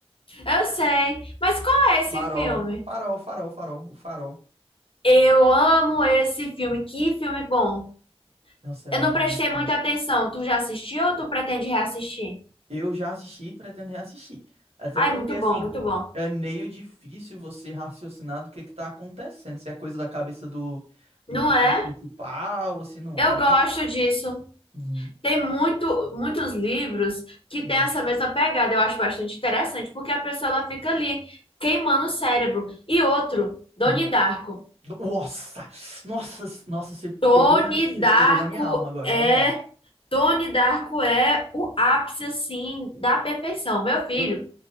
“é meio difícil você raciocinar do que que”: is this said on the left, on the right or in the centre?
Right